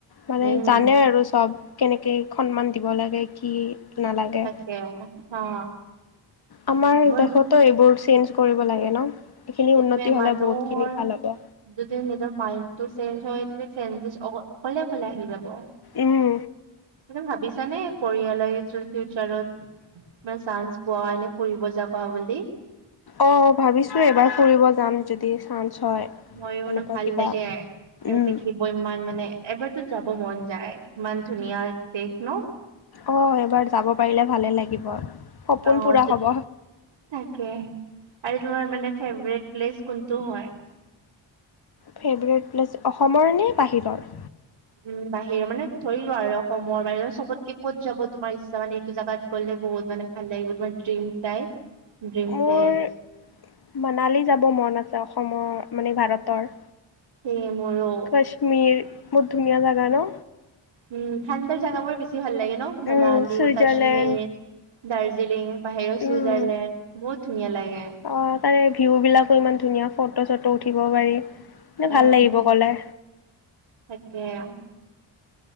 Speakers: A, on the left (about 50°); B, on the right (about 80°).
A: মানে
B: উম।
A: জানে আৰু চব। কেনেকৈ সন্মান দিব লাগে কি নালাগে।
B: সেয়াই হা।
A: আমাৰ
B: মই
A: দেশতো এইবোৰ চেঞ্জ কৰিব লাগে ন? এইখিনি
B: সেইটোৱে
A: উন্নতি হলে
B: মানুহৰ
A: বহুতখিনি ভাল হ'ব।
B: যদি নিজৰ মাইণ্ডটো চেঞ্জ হয় তেতিয়া চেঞ্জেছ অ-অকলে-অকলে আহি যাব।
A: উম,
B: <unintelligible> ভাবিছানে কৰিয়ালৈ যোৱা ফিউচাৰত? মানে চান্স পোৱা এনে ফুৰিব যাবা বুলি?
A: অ', ভাবিছোঁ এইবাৰ ফুৰিব যাম যদি চান্স হয়।
B: মইয়ো মানে
A: এনেকুৱা
B: ভাল
A: কিবা
B: লাগে, সিহঁত
A: উম,
B: দেখি ব ইমান মানে, এবাৰতো যাব মন যায়, ইমান ধুনীয়া দেশ ন।
A: অ', এবাৰ যাব পাৰিলে ভালে লাগিব। সপোন
B: অ',
A: পূৰা
B: ত
A: হ'ব
B: তাকে, আৰু তোমাৰ মানে ফেভৰেট প্লেচ কোনটো হয়।
A: ফেভৰেট প্লেছ, অসমৰ নে বাহিৰৰ।
B: উম, বাহিৰৰ মানে ধৰিলোৱা আৰু অসমৰ বাহিৰত চবতকে ক'ত যাব তোমাৰ ইচ্ছা মানে টো জাগাত গ'লে বহুত মানে ভাল লাগিব তোমাৰ ড্ৰিম টাই, ড্ৰিম
A: মোৰ
B: প্লেছ।
A: মানালী যাব মন আছে, অসমৰ মানে ভাৰতৰ।
B: সেয়ে মোৰো।
A: কশ্মীৰ, বহুত ধুনীয়া জাগা ন।
B: উম, ঠাণ্ডা জেগাবোৰ বেছি ভাল লাগে ন। মনালি,
A: উম চুইজাৰলেণ্ড
B: কাশ্মীৰ, দাৰ্জিলিং বাহিৰৰ
A: উম।
B: চুইজাৰলেণ্ড। বহুত ধুনীয়া লাগে।
A: অ', তাৰে ভিউবিলাকো ইমান ধুনীয়া, ফটো চটো উঠিব পাৰি, মানে
B: উম
A: ভাল লাগিব
B: উম
A: গ'লে।
B: তাকে আও।